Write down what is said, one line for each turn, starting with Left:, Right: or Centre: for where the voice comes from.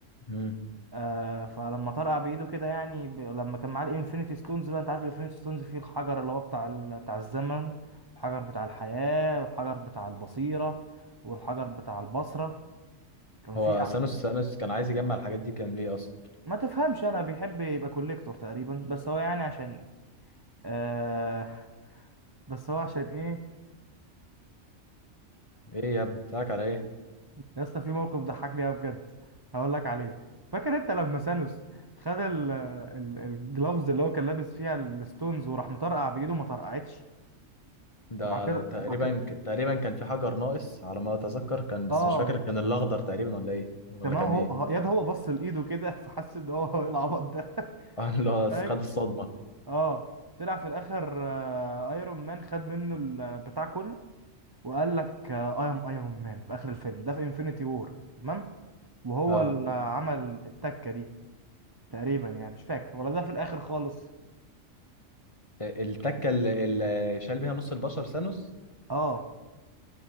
Left: مم.
Right: آه فلما طرقع بايده كده يعني ب... لما كان معاه الانفينيتي ستونز بقى انت عارف الانفينيتي ستونز فيه الحجر اللي هو بتاع ال... بتاع الزمن والحجر بتاع الحياة والحجر بتاع البصيرة والحجر بتاع البصرة كان
Left: هو
Right: فيه أع-
Left: سانوس سانوس كان عايز يجمع الحاجات دي كان ليه اصلا
Right: ما تفهمش انا بيحب يبقى كوليكتور تقريبا بس هو يعني عشان آه <laughs> بس هو عشان ايه
Left: ايه يا ابني بتاعك على ايه
Right: يا اسطى في موقف ضحكني أوي بجد هقول لك عليه فاكر انت لما سانوس خد ال... ال... الجلافز اللي هو كان لابس فيها الستونز وراح مطرقع بايده ما طرقعتش
Left: ده
Right: وبعد كده
Left: تقريبا
Right: بعد كده
Left: تقريبا كان في حجر ناقص على ما اتذكر كان بس
Right: اه
Left: مش فاكر كان الاخضر تقريبا ولا ايه ولا
Right: تمام
Left: كان
Right: هو
Left: ايه
Right: هو- ياد هو بص لايده كده <laughs> فحس ان هو هو ايه العبط ده <laughs>
Left: <laughs> اه اللي هو
Right: فاهم
Left: خد الصدمه
Right: اه طلع في الاخر آه، ايرون مان خد منه البتاع كله وقال لك اي ام ايرون مان في اخر الفيلم ده في انفينيتي وور تمام وهو
Left: اه
Right: اللي عمل التكه دي تقريبا يعني مش فاكر ولا ده في الاخر خالص
Left: التكه اللي اللي شال بيها نص البشر ثانوس
Right: اه